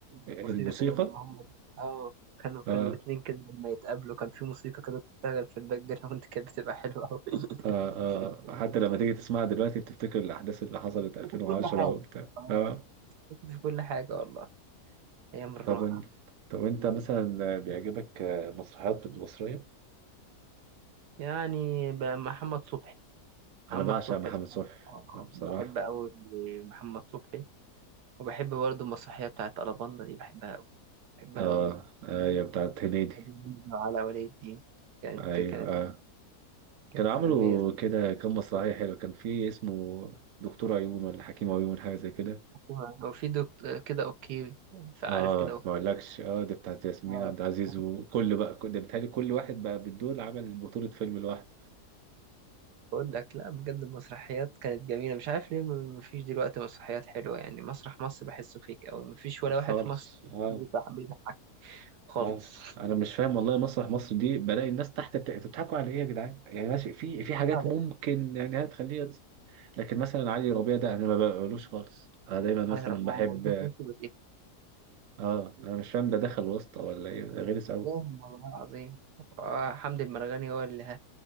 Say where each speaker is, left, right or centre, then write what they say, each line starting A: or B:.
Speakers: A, on the right; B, on the right.
A: الموسيقى
B: موسيقى كده لما هم اه كانوا
A: اه
B: كان الاتنين كده لما يتقابلوا كان في موسيقى كده بتشتغل في الباك جراوند <laughs> كانت بتبقى حلوة أوي
A: آه
B: <laughs>
A: آه حتى لما تيجي تسمعها دلوقتي بتفتكر الأحداث اللي حصلت 2010
B: كنت في كل حاجة
A: وبتاع
B: اه
A: اه
B: كنت في كل حاجة والله أيام الراحة
A: طب وانت طب وانت مثلا بيعجبك مسرحيات مصرية؟
B: يعني ب- محمد صبحي محمد
A: أنا بعشق
B: صبحي
A: محمد
B: الصراحة.
A: صبحي
B: آه،
A: بصراحة
B: بحب أوي محمد صبحي وبحب برضه المسرحية بتاعت ألاباندا دي بحبها أوي بحبها
A: اه
B: أوي
A: آه، هي بتاعت هنيدي
B: هادي نجم على ولي الدين كانت
A: ايوه
B: كانت
A: آه.
B: كانت
A: كانوا عملوا
B: عالمية
A: كده كام مسرحيه حلوه كان في اسمه دكتور عيون ولا حكيم عيون حاجه زي كده
B: الصراحة. وفي دكتور كده أوكي فعارف
A: اه
B: كده أوكي
A: ما اقولكش اه دي بتاعت ياسمين
B: <laughs>
A: عبد العزيز
B: آه،
A: وكل بقى كل- ده بيتهيألي كل واحد بقى بالدول عمل بطوله فيلم لوحده
B: بقول لك لا بجد المسرحيات كانت جميلة مش عارف ليه م- مفيش دلوقتي مسرحيات حلوة يعني مسرح مصر بحسه فيك أوي مفيش ولا
A: آه، خالص
B: واحد في مصر
A: اه
B: بيضحك بيضحك خالص
A: اه انا مش فاهم والله مسرح مصر دي بلاقي الناس تحت بت... انتوا بتضحكوا على ايه يا جدعان يعني ماشي في في حاجات
B: <laughs> على
A: ممكن
B: إيه؟
A: يعني هتخليها تس- لكن مثلا علي ربيع ده انا ما بقولوش خالص انا دايما مثلا
B: على ربنا
A: بحب
B: أنا بشوف نفسي بتقفل.
A: اه انا مش فاهم ده دخل واسطه ولا ايه ده غلس قوي
B: بوم والله عظيم آه، حمدي المرغني هو اللي ها